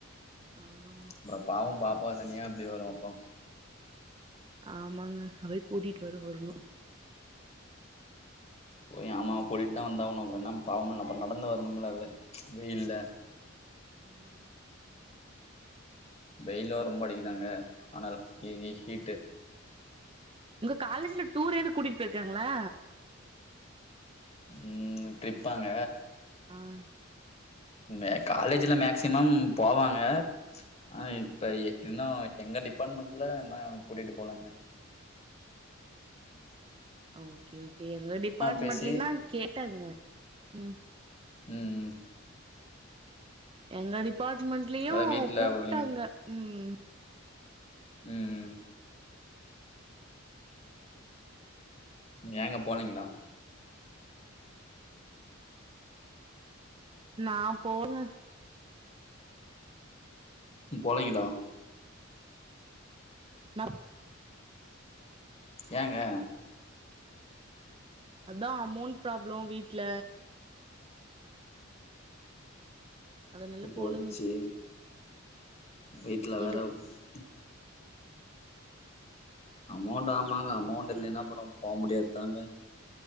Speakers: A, on the right; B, on the left.
A: ஆமாங்க
B: அப்றோ பாவோ பாப்பா தனியா எப்டி வரு அப்ரோ
A: ஆமாங்க நா போய் கூட்டிட் வர வர்ணு
B: போய் ஆமா கூட்டிட்தா வந்தாவணு அப்றோ என்ன பாவோமுல அப்றோ நடந்து வர்ணும்ல அவ வெயில்ல
A: ஆமாங்க
B: வெயில் வேற ரொம்ப அடிக்குதாங்க ஆனாலும் ஹீட்டு
A: உங்க காலேஜ்ல டூர் ஏதும் கூட்டிட்டு போயிருக்காங்களா
B: உம் டிரிப்பாங்க
A: ஆஹ்ஹ்
B: மே காலேஜ்ல மேக்சிமம் போவாங்க ஆஹ் இப்ப இன்னும் எங்க டிபார்ட்மெண்ட்ல என்ன கூட்டிட்டு போலங்க உஹம்
A: ஓகே ஓகே எங்க டிபார்ட்மென்ட்லயும்
B: பேசி
A: தான் கேட்டாங்க உம்
B: உம்ம்ம்
A: எங்க டிபார்ட்மண்ட்லயும்
B: அதா வீட்ல
A: கூப்பிட்டாங்க
B: உள்ளிங்க
A: உம்
B: உம்ம் ஏங்க போலீங்களா
A: நான் போல
B: நீங் போனிங்களா
A: நம் <inaudible>
B: ஏங்க <unintelligible>
A: அதான் அமௌன்ட் ப்ராப்ளம் வீட்ல அதனால
B: உ போச்சே
A: போலங்க
B: வீட்ல வேற
A: எங்க
B: <unintelligible> அமௌண்ட் ஆமாங்க அமௌண்ட் இல்லன்னா அப்புறம் போக முடியாது தாங்க